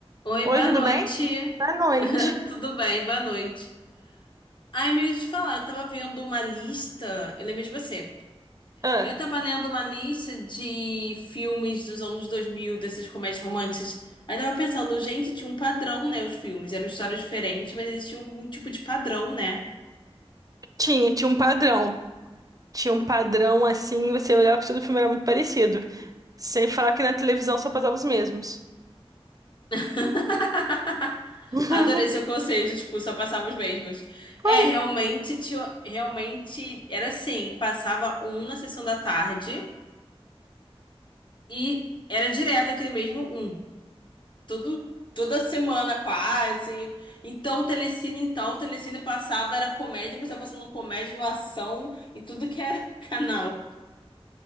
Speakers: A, on the left; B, on the right.
A: Oi,
B: Oi,
A: boa
B: tudo
A: noite.
B: bem? Boa noite.
A: <laughs> Tudo bem, boa noite. Ai, me deixa falar, eu tava vendo uma lista. Eu lembrei de você.
B: Ah,
A: Eu tava lendo uma lista de filmes dos anos 2000 dessas comédias românticas. Aí tava pensando, gente, tinha um padrão, né? Os filmes eram histórias diferentes, mas eles tinham um tipo de padrão, né?
B: tinha, tinha um padrão. Tinha um padrão assim, você olhava que todo filme era muito parecido. Sem falar que na televisão só passava os mesmos.
A: <laughs>
B: <laughs>
A: Adorei seu conceito, tipo, só passava os mesmos. É,
B: Foi.
A: realmente, tinha, realmente era assim, passava um na sessão da tarde. E era direto aquele mesmo um. Todo, toda semana quase. Então, o Telecine, então, o Telecine passava, era comédia, mas tava passando comédia, no ação e tudo que era <laughs> canal.